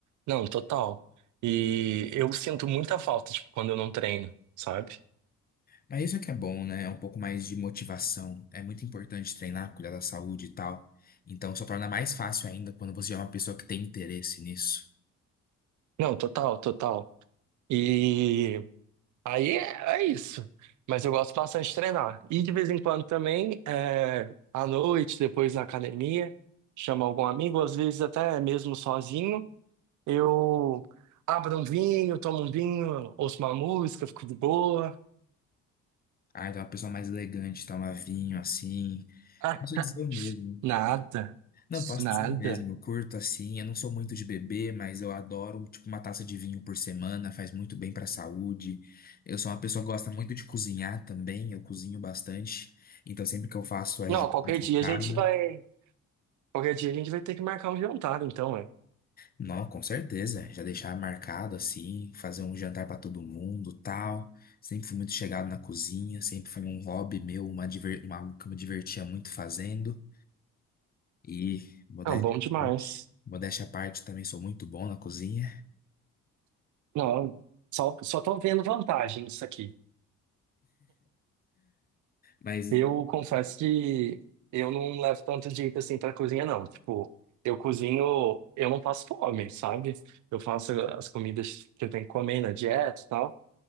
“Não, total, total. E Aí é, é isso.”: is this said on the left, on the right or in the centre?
Right